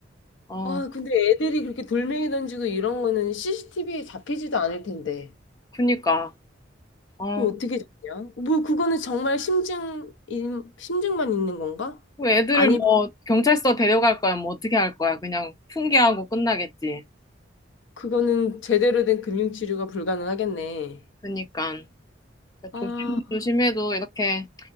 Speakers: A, on the left (about 20°); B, on the left (about 70°).
A: 어,
B: 아, 근데 애들이 그렇게 돌멩이 던지고 이런 거는 CCTV에 잡히지도 않을 텐데.
A: 그니까. 어,
B: 뭐 어떻게 잡냐? 뭐 그거는 정말 심증, 인- 심증만 있는 건가?
A: 그 애들을
B: 아니
A: 뭐 경찰서 데려갈 거야? 뭐 어떻게 할 거야? 그냥 훈계하고 끝나겠지.
B: 그거는 제대로 된 금융치료가 불가능하겠네.
A: 그니까.
B: 아,
A: 조심, 조심해도 이렇게